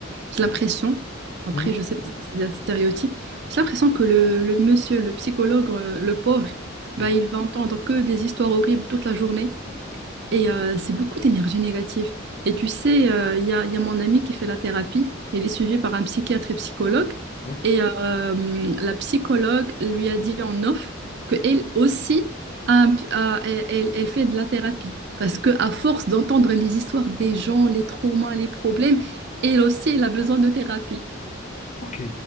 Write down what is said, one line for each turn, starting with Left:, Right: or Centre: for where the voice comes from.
Right: j'ai l'impression, après,
Left: Mhm.
Right: je sais pas si c'est des stéréotypes, j'ai l'impression que le, le monsieur, le psychologue, euh, le pauvre,
Left: Mhm.
Right: bah, il va entendre que des histoires horribles toute la journée. Et euh, c'est beaucoup d'énergie négative. Et tu sais, euh, il y a, il y a mon ami qui fait la thérapie. Il est suivi par un psychiatre et psychologue.
Left: Ouais.
Right: Et euh, la psychologue lui a dit en off qu'elle aussi, a un p- a- elle, elle- elle fait de la thérapie. Parce qu'à force d'entendre les histoires des gens, les traumas, les problèmes, elle aussi, elle a besoin de thérapie.
Left: Ok,